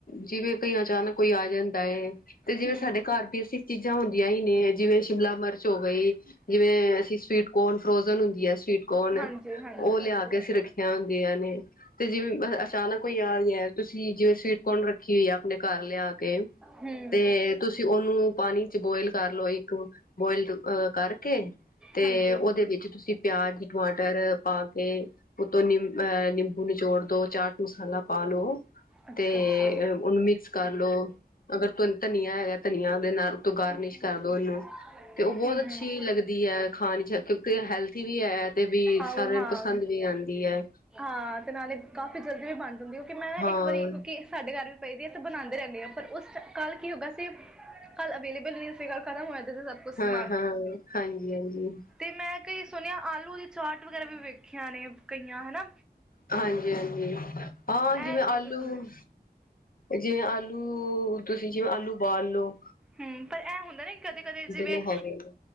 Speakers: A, on the left; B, in the centre.
A: ਜਿਵੇਂ ਕਈ ਅਚਾਨਕ ਕੋਈ ਆ ਜਾਂਦਾ ਏ ਤੇ ਜਿਵੇਂ
B: ਹੂੰ,
A: ਸਾਡੇ ਘਰ ਬੇਸਿਕ ਚੀਜ਼ਾਂ ਹੁੰਦ ਹੁੰਦੀਆ ਈ ਨੇ, ਜਿਵੇਂ ਸ਼ਿਮਲਾ ਮਿਰਚ ਹੋ ਗਈ, ਜਿਵੇਂ ਅਸੀਂ ਸਵੀਟ ਕੋਰਨ ਫਰੋਜਨ ਹੁੰਦੀਆ ਏ ਸਵੀਟ ਕੌਣ
B: ਹਾਂਜੀ, ਹਾਂਜੀ,
A: ਉਹ
B: ਹਾਂਜੀ।
A: ਲਿਆ ਕੇ ਅਸੀਂ ਰੱਖੀਆਂ ਹੁੰਦੀਆਂ ਨੇ ਤੇ ਜਿਵੇਂ ਕੋਈ ਆ ਗਿਆ ਹੈ ਤੁਸੀਂ ਜਿਵੇਂ ਸਵੀਟਕੌਨ ਰੱਖੀ ਹੋਈ ਆਪਣੇ ਘਰ ਲਿਆ ਕੇ।
B: ਹੂੰ,
A: ਤੇ ਤੁਸੀਂ ਉਨੂੰ ਪਾਣੀ ਚ ਬੋਇਲ ਕਰ ਲਓ, ਇੱਕ ਬੋਇਲ ਅ ਕਰਕੇ ਤੇ
B: ਹਾਂਜੀ,
A: ਉਹਦੇ ਵਿੱਚ ਤੁਸੀਂ ਪਿਆਜ਼, ਟਮਾਟਰ ਪਾ ਕੇ ਉਤੋਂ ਨਿੰ ਅਹ ਨਿੰਬੂ ਨਿਚੋੜ ਦੋ ਚਾਰ ਮਸਾਲਾ ਪਾ ਲੋ
B: ਅੱਛਾ,
A: ਤੇ
B: ਅੱਛਾ।
A: ਉਹਨੂੰ ਮਿਕਸ ਕਰ ਲੋ। ਅਗਰ ਤ ਧਨੀਆ ਹੈਗਾ ਧਨੀਆਂ ਦੇ ਨਾਲ ਗਾਰਨਿਸ਼
B: ਹੂੰ,
A: ਕਰਦੋ ਇਨੂੰ। ਤੇ ਉਹ ਬਹੁਤ
B: ਹੂੰ,
A: ਅੱਛੀ ਲੱਗਦੀ ਹੈ ਖਾਣੀ ਕਿਉਂਕਿ ਹੈਲਥੀ ਵੀ ਹੈ ਤੇ ਵੀ
B: ਆਓ
A: ਸਾਰਿਆਂ
B: ਹਾਂ।
A: ਨੂੰ ਪਸੰਦ ਵੀ ਆਂਦੀ ਹੈ।
B: ਹਾਂ ਤੇ ਨਾਲੇ ਕਾਫ਼ੀ ਜਲਦੀ- ਕਿਉਂਕਿ ਮੈਂ ਨਾ
A: ਹਾਂ
B: ਇੱਕ ਵਾਰੀ ਕਿਉਂਕਿ ਸਾਡੇ ਘਰ ਪਈ ਦੀ ਤੇ ਬਣਾਦੇ ਰਹਿੰਦੇ ਹ ਪਰ ਉਸ ਕੱਲ ਕੀ ਹੋਗਾ ਸੀ, ਕੱਲ ਅਵੇਲੇਬਲ ਨਹੀਂ ਅਸੀਂ ਗੱਲ ਖਤਮ ਹੋਇਆ ਤੇ ਸਭ ਕੁਛ ਸਮਾਨ,
A: ਹਾਂ ਹਾਂ ਹਾਂਜੀ ਹਾਂਜੀ
B: ਤੇ ਮੈਂ ਕਈ ਸੁਣਿਆ ਆਲੂ ਦੀ ਚਾਟ ਵਗੈਰਾ ਵੀ ਵੇਖਿਆ ਨੇ ਕਈਆ ਹਨਾ।
A: ਹਾਂਜੀ-ਹਾਂਜੀ ਹਾਂ ਜਿਵੇਂ,
B: ਇਹ
A: ਆਲੂ
B: ਕਿਵੇਂ ਹੁੰਦਾ
A: ਜਿਵੇਂ ਆ ਦੂ ਤੁਸੀਂ ਜਿਵੇਂ ਆਲੂ ਉਬਾਲ ਲੋੋ।
B: ਹਮ ਪਰ ਇਹ ਹੁੰਦਾ ਨਾ ਕਦੇ, ਕਦੇ ਜਿਵੇਂ
A: ਨੇ ਹੈਗੇ ਨੇ